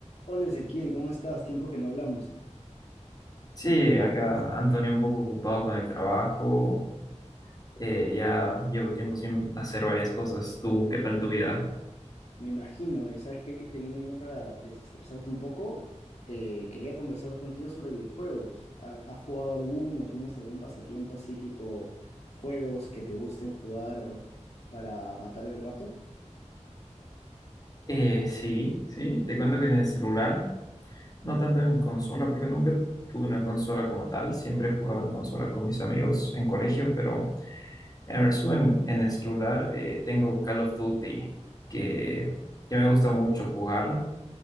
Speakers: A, on the left; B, on the left.
A: Hola Ezequiel, ¿cómo estás? Tiempo que no hablamos.
B: Sí, acá Antonio un poco ocupado con el trabajo. eh, ya llevo tiempo sin hacer varias cosas. ¿Tú qué tal tu vida?
A: Me imagino, y sabes que te viene bien para desestresarte un poco. Eh, quería conversar contigo sobre videojuegos. ¿Ha- ¿Has, jugado alguno? ¿Tienes algún pasatiempo así tipo juegos que te gusten jugar para matar el rato?
B: Eh, sí, sí, te cuento que en el celular, no tanto en consola, porque nunca tuve una consola como tal. Siempre jugaba en consola con mis amigos en colegio, pero en resumen, en el celular eh, tengo Call of Duty, que, que me gusta mucho jugar